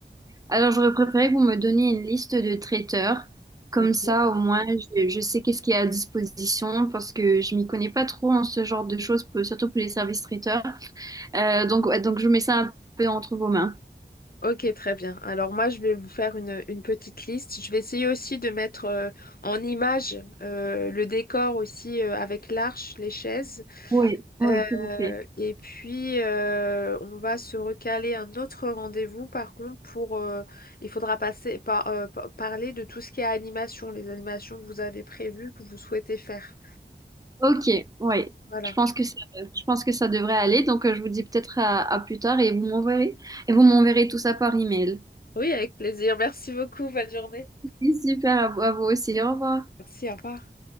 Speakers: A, on the right; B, on the left.
A: Alors, j'aurais préféré que vous me donniez une liste de traiteurs. Comme
B: Ok.
A: ça, au moins, je, je sais qu'est-ce qui est à disposition parce que je m'y connais pas trop en ce genre de choses, pour- surtout pour les services traiteurs. Euh, donc, ouais, donc, je mets ça un peu entre vos mains.
B: Ok, très bien. Alors moi, je vais vous faire une, une petite liste. Je vais essayer aussi de mettre euh, en image euh, le décor aussi euh, avec l'arche, les chaises.
A: Oui, oui,
B: Euh,
A: s'il vous plaît.
B: et puis, euh, on va se recaler un autre rendez-vous, par contre, pour, euh, il faudra passer par, euh, par- parler de tout ce qui est animation, les animations que vous avez prévues, que vous souhaitez faire.
A: Ok, oui.
B: Voilà.
A: Je pense que ça, je pense que ça devrait aller. Donc, euh, je vous dis peut-être à, à plus tard et vous m'enverrez et vous m'enverrez tout ça par email.
B: Oui, avec plaisir. Merci beaucoup. Bonne journée.
A: Oui, Super, à vous à vous aussi. Au revoir.
B: Merci, au revoir.